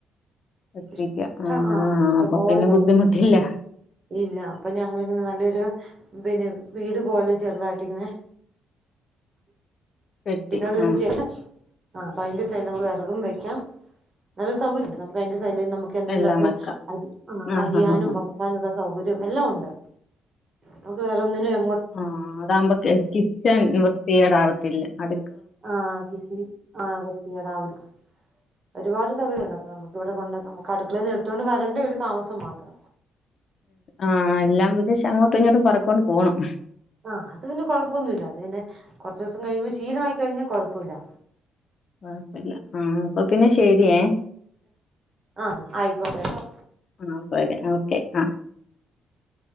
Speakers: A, on the left; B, on the right.
A: എത്തിക്കാം
B: ഇഷ
A: ആഹ്
B: ആഹ
A: ആഹ്
B: ഇഷ്ടംപോലെ
A: അപ്പൊ പിന്നെ
B: പറ
A: ബുദ്ധിമുട്ടില്ല
B: ഇല്ല അപ്പൊ ഞങ്ങളിങ്ങനെ നല്ലൊരു പിന്നെ വീട് പോല്ലെ ചെറുതായിട്ടിന്നേ
A: പെട്ടി
B: പിന്നോട് തന്നെ
A: ആഹ്
B: ചെയ്യട്ട <unintelligible> ആ അപ്പൊ അതിന്റെ സൈല ന വിറകും വെക്കാം നല്ല സൗകര്യം നമുക്ക് അതി <unintelligible> ശലം നമുക്ക് എന്തെങ്കിലുമൊക്കെ
A: എല്ലാം വെക്കാം
B: അ
A: ആഹ്
B: അരിയാനും
A: ആഹ് ആഹ്
B: വറക്കാനുള്ള സൗകര്യ <unintelligible> എല്ല ഉണ്ട് നക്ക് വേറ <unintelligible>
A: ആഹ അതാകുമ്പോ കിച്ചൺ വൃത്തിയേടാവത്തില്ല അ
B: ആ ക ആ കട്ട രാവില ഒരുപാട് <inaudible> സൗകര്യണ്ട് നമുക്ക് ഇവിടെ കൊണ്ട് നമുക്ക് അടുക്കളൽ നിന്ന് എടുത്തുകൊണ്ട് വരണ്ട ഒരു താമസം മാത്രം
A: ആ് എല്ലാം വിദേശം അങ്ങോട്ടും ഇങ്ങോട്ടും പറക്കോണ്ട് പോണം
B: ആഹ അത് പിന്നെ കൊഴപ്പൊന്നുമില്ല അത് പിന്നെ കുറച്ച ദിവസം കഴിയുമ്പോ ശീലമായിക്കഴിഞ്ഞാൽ കുഴപ്പമില്ല
A: ആപ്പല്ല <unintelligible> ആ അപ്പോ പിന്നെ ശരിയേ
B: ആഹ് ആയിക്കോട്ടെ കേട്ടോ
A: ആ പോരെ ഓക്കെ ആ